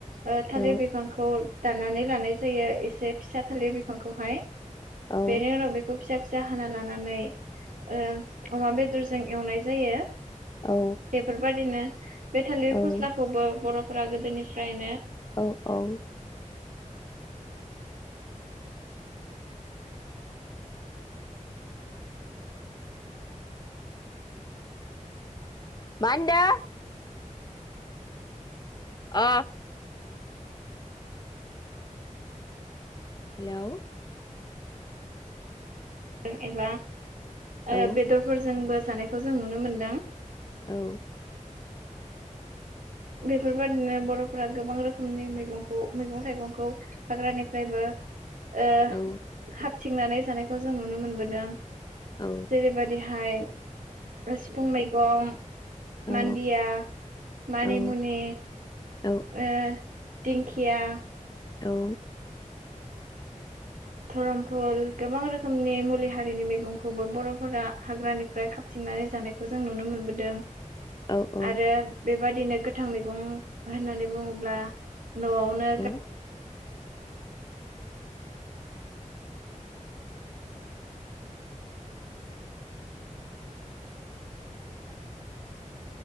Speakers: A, on the right; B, on the left.
A: ओ थालिर
B: औ
A: बिफांखौ दाननानै लानाय जायो एसे फिसा थालिर बिफांखौहाय
B: औ
A: बेनि उनाव बेखौ फिसा फिसा हाना लानानै ओ अमा बेदर जों एवनाय जायो।
B: औ
A: बेफोरबादिनो <inaudible> बे थालिर फस्लाखौबो
B: औ
A: बर'फ फोरा गोदोनिफ्रायनो
B: औ औ मा ओन्दो? अ हेलौ
A: नों एबा आरो
B: औ
A: बेदरफोरजोंबो जानायखौ जों नुनो मोनदों।
B: औ
A: बेफोरबादिनो बर'फोरा गोबां रोखोमनि मैगंखौ मैगं थाइगंखौ हाग्रानिफ्रायबो ओ
B: औ
A: खाथ थिंनानै जानायखौ जों नुनो मोनबोदों।
B: औ
A: जेरै बायदिहाय सिफुं मैगं,
B: औ
A: मान्दिया मानि
B: औ
A: मुनि
B: औ
A: ओ दिंखिया
B: औ
A: धरमफुल गोबां रोखोमनि मुलि हारिनि मैगं खौबो बरफोरा हाग्रानिफ्राय खाबथिंनानै जानायखौ जों नुनो मोनबोदों।
B: औ औ
A: आरो बेबाद दिनो गोथां मैगं होननानै बुङोब्ला नआवनो गा
B: औ